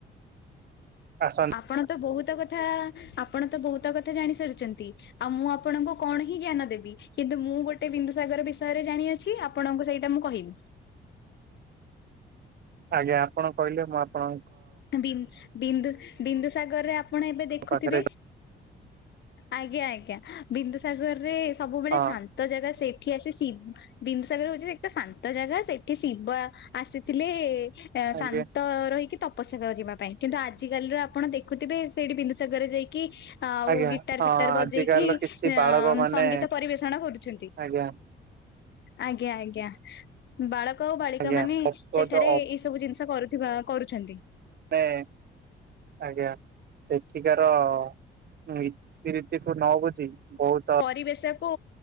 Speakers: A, on the right; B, on the left.
A: ଆସନ୍ତ
B: ଆପଣ ତ ବହୁତ କଥା ଆପଣ ତ ବହୁତ କଥା ଜାଣି ସାରିଛନ୍ତି? ଆଉ ମୁଁ ଆପଣଙ୍କୁ କଣ ହିଁ ଜ୍ଞାନ ଦେବି। କିନ୍ତୁ ମୁଁ ଗୋଟେ ବିନ୍ଦୁସାଗର ବିଷୟରେ ଜାଣିଅଛି ଆପଣଙ୍କୁ ସେଇଟା ମୁଁ କହିବି।
A: ଆଜ୍ଞା ଆପଣ କହିଲେ ମୁଁ ଆପଣ
B: ବିନ୍ଦୁ ବିନ୍ଦୁସାଗରରେ ଆପଣ ଏବେ ଦେଖୁଥିବେ?
A: ପାଖରେ
B: ଆଜ୍ଞା ଆଜ୍ଞା ବିନ୍ଦୁସାଗର ରେ ସବୁବେଳେ
A: ହଁ
B: ଶାନ୍ତ ତ ଜାଗା ସେଠି ଆସି ସି ବିନ୍ଦୁ ସାଗର ହଉଛି ଏକ ଶାନ୍ତ ଜାଗା ସେଠି ଶିବ ଆସିଥିଲେ। ଆ
A: ଆଜ୍ଞା
B: ଶାନ୍ତ ରହିକି ଉପୋଷା କରିବା ପାଇଁ କିନ୍ତୁ ଆଜିିକାଲିର ଆପଣ ଦେଖୁଥିବେ ସେଇଠି ବିନ୍ଦୁସାଗରରେ ଯାଇକି ଆଉ
A: ଆଜ୍ଞା
B: ଗିଟାର
A: ହଁ
B: ଫିଟାର ବଜେଇକି
A: ଆଜିକାଲିର କିଛି
B: ଅ
A: ବାଳକ ମାନେ
B: ସଙ୍ଗୀତ ପରିବେଷଣ କରୁଛନ୍ତି।
A: ଆଜ୍ଞା
B: ଆଜ୍ଞା ଆଜ୍ଞା। ବାଳକ ଆଉ ବାଳିକା
A: ଆଜ୍ଞା
B: ମାନେ
A: ଅବୋଧ
B: ସେଠାରେ ଏଇ ସବୁ ଜିନିଷ କରୁଥିବା କରୁଛନ୍ତି।
A: ହେଁ। ଆଜ୍ଞା ସେଠିକାରନୀତି ରୀତିଠୁ ନବୁଝି ବହୁତ
B: ପରିବେଶକୁ